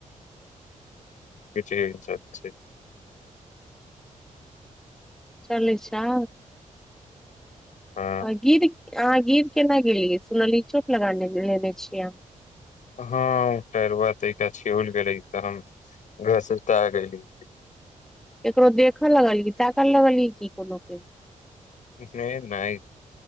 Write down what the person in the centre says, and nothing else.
चलै छौ
आहां गीर आहां गीर केना गेलिए सुनलीय चोट लगा लेने छीय आहां
ककरो देखऽ लगली ताकऽ लगलिय की कोनो केे